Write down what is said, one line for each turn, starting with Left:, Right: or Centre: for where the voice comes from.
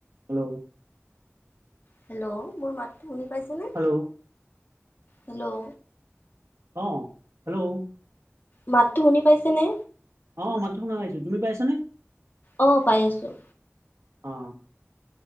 Right: Hello.
Left: Hello মোৰ মাতটো শুনি পাইছেনে?
Right: Hello
Left: hello.
Right: অ' হেল্ল'।
Left: মাতটো শুনি পাইছেনে?
Right: অ' মাতটো শুনা পাইছোঁ। তুমি পাইছানে?
Left: অ' পাই আছোঁ।
Right: অ'